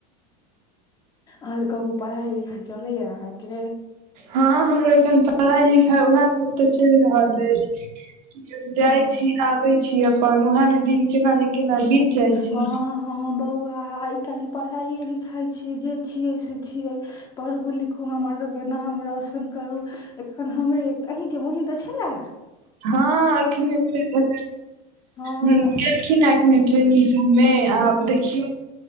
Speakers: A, on the left (about 20°); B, on the right (about 75°).
A: आओर कहबू पढ़ाई लिखाई चलैया अहाँके
B: हँ हमरो एखन पढ़ाई लिखाई उएह सब तऽ चलि रहल अछि जाइ
A: हँ
B: छी आबे छी अपन उएहे मे दिन केना ने केना बीत जाइ छै
A: हँ हँ बौआ आओ आइ काल्हि पढ़ाइए लिखाइ छियै जे छियै से छियै पढ़ू लिखू हमर सबके नाम रौशन करू एखन हमरे एकटा अहींके बहिन तऽ छले
B: हँ एखने ब
A: हँ
B: गेलखिन है एखने सबमे आब देखियौ